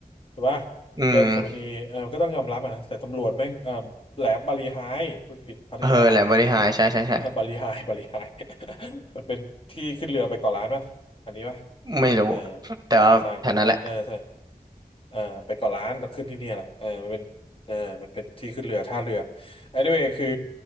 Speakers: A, on the left; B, on the right.
A: ถูกป่ะ
B: อืม
A: เรื่องโสเภณีเออก็ต้องยอมรับอะนะแต่ตำรวจแม่งเออแหลมบาลีไฮพูดผิดพัทยาโทษที
B: เออแหละบริหารใช่ใช่ใช่
A: <laughs> เออบาลีไฮบาลีไฮ <laughs> มันเป็นที่ขึ้นเรือไปเกาะล้านป่ะอันนี้ป่ะ
B: ไม่รู้
A: เออ
B: แต่ว่าแถวนั้นแหละ
A: ใช่น่าน่าจะใช่อ่าไปเกาะล้านแล้วขึ้นที่เนี่ยแหละเออมันเป็นเออมันเป็นที่ขึ้นเรือท่าเรือ anyway คือ